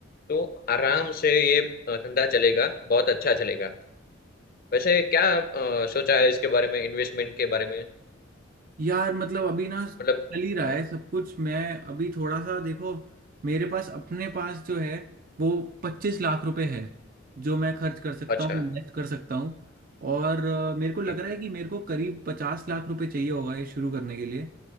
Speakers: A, on the left (about 45°); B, on the right (about 45°).
A: तो आराम से ये अ, धंधा चलेगा बहुत अच्छा चलेगा वैसे क्या अ, सोचा है इसके बारे में इन्वेस्टमेंट के बारे में
B: यार मतलब अभी ना
A: मतलब
B: चल ही रहा
A: हाँ
B: है सब कुछ मैं अभी थोड़ा सा देखो मेरे पास अपने पास जो है वो पच्चीस लाख रुपए है जो मैं खर्च कर सकता
A: अच्छा
B: हूँ इन्वेस्ट कर सकता हूँ और अ, मेरे को लग
A: ठीक
B: रहा
A: है
B: है कि मेरे को करीब पचास लाख रुपए चाहिए होगा ये शुरू करने के लिए